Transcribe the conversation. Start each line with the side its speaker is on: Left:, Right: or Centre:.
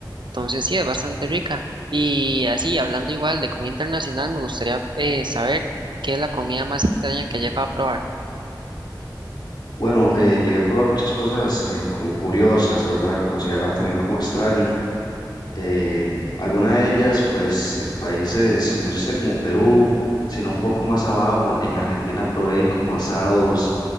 Right: Entonces, sí, es bastante rica. Y así, hablando igual de comida internacional, me gustaría eh, saber qué es la comida más extraña que he llegado a probar.
Left: Bueno, eh, llegué a probar muchas cosas eh, como curiosas, ¿verdad? Consideraba también como extraño. eh, alguna de ellas, pues en países, como dice usted, como Perú, sino un poco más abajo, en Argentina probé como asados